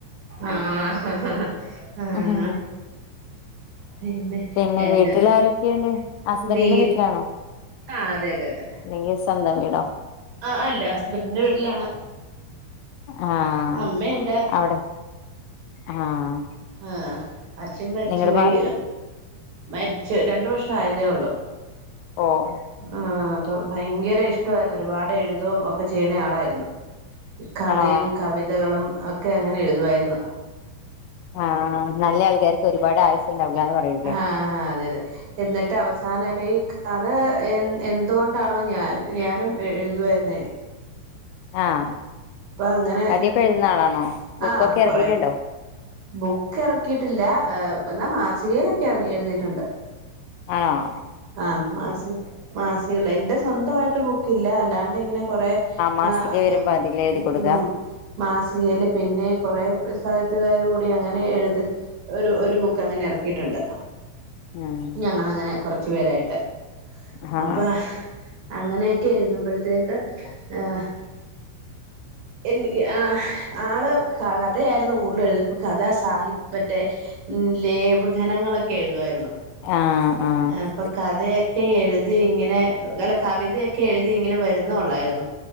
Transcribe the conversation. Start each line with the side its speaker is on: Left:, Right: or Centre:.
Right: ആഹ് ആഹ്
Left: ഉം
Right: പിന്നെ?
Left: പിന്നെ
Right: എന്നെ
Left: വീട്ടിൽ ആരൊക്കെയുണ്ട്? ഹസ്ബന്റിന്റെ
Right: വീ
Left: വീട്ടിലാണോ?
Right: ആഹ് അതെ അതെ അതെ
Left: അല്ലെങ്കി സ്വന്തം വീടോ?
Right: ആഹ് അല്ല ഹസ്ബന്റിന്റെ വീട്ടിലാണ്.
Left: ആഹ്
Right: അമ്മ ഇണ്ട്.
Left: അവിടെ ആഹ്
Right: ആഹ് അച്ഛൻ മരിച്ചുപോയി
Left: നിങ്ങളുടെ മാ
Right: മരിച്ചു രണ്ട് വർഷം ആയതേ ഉള്ളു.
Left: ഓഹ്
Right: ആഹ് അപ്പൊ ഭയങ്കര ഇഷ്ടമായിരുന്നു. ഒരുപാട് എഴുതോം ഒക്കെ ചെയ്യണ ആളായിരുന്നു. കഥയും,
Left: ആണോ
Right: കവിതകളും, ഒക്കെ അങ്ങനെ എഴുതുവായിരുന്നു.
Left: ആഹ് നല്ല ആൾക്കാർക്ക് ഒരുപാട് ആയുസ്സുണ്ടാവില്ലാന്ന് പറയൂല്ലേ?
Right: ആഹ് അതെയതെ. എന്നിട്ട് അവസാനം ആയപ്പോ ഈ കഥ എ എന്തുകൊണ്ടാണോ ഞാൻ ഞാനും എഴുതുവാരുന്നേ.
Left: ആഹ്
Right: അങ്ങനെ
Left: കഥ ഒക്കെ എഴുതുന്ന ആളാണോ ബുക്കൊക്കെ
Right: ആഹ് കൊറെ
Left: ഇറക്കീട്ടുണ്ടോ?
Right: ബുക്ക് ഇറക്കിയിട്ടില്ല ഏഹ് എന്നാൽ മാസികയിലൊക്കെ എർ എഴുതിയിട്ടുണ്ട്.
Left: ആഹ്
Right: ആഹ് മാസിക മാസികേല് എന്റെ സ്വന്തമായിട്ട് ബുക്കില്ല. അല്ലാണ്ട് ഇങ്ങനെ കുറെ
Left: മാസിക
Right: ആഹ്
Left: വരുമ്പോ അതില് എഴുതി കൊടുക്ക
Right: ഉം മാസികേല് പിന്നെ കുറെ സാഹത്തുകാർ കൂടി അങ്ങനെ എഴുത് ഒര് ഒരു ബുക്ക് അങ്ങനെ ഇറക്കിയിട്ടുണ്ട്.
Left: ഉം
Right: ഞങ്ങള് അങ്ങനെ കൊറച്ചു പേരായിട്ട്.
Left: ആഹ്
Right: അപ്പൊ അങ്ങനെയൊക്കെ എഴുതുമ്പോഴത്തേക്ക്
Left: <inaudible>
Right: ആഹ് എനി ആഹ് ആള് ക കഥയായിരുന്നു കൂടുതലും എഴു കഥാ സാഹി മറ്റേ ലേപഘനങ്ങളൊക്കെ എഴുതുമായിരുന്നു.
Left: ആഹ് ആഹ് ആഹ്
Right: അപ്പൊ കഥയൊക്കെ എഴുതി ഇങ്ങനെ അല്ല കവിതയൊക്കെ എഴുതി ഇങ്ങനെ വരുന്നേ ഒള്ളായിരുന്നു.